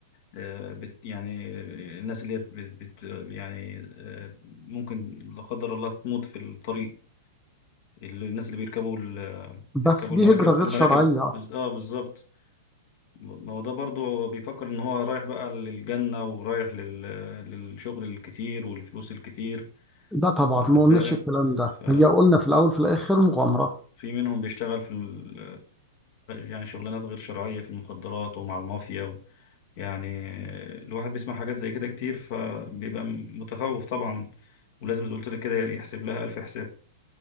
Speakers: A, on the left (about 40°); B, in the centre.
A: آه، بت يعني الناس اللي هي بت بت يعني آه، ممكن لا قدر الله تموت في الطريق الناس اللي بيركبوا ال-
B: بس
A: بيركبوا
B: دي
A: المراكب
B: هجره غير
A: المراكب
B: شرعيه
A: بز- اه بالظبط ما هو ده برضه هو بيفكر ان هو رايح بقى للجنة ورايح لل... للشغل الكتير والفلوس الكتير
B: لا طبعا
A: واخد
B: ما قلناش
A: بالك
B: الكلام ده
A: ف...
B: هي قلنا في الاول في الاخر مغامره
A: في منهم بيشتغل في ال... يعني شغلانات غير شرعية في المخدرات ومع المافيا و... يعني الواحد بيسمع حاجات زي كده كتير فبيبقى متخوف طبعا ولازم زي ما قلت لك كده يحسب لها ألف حساب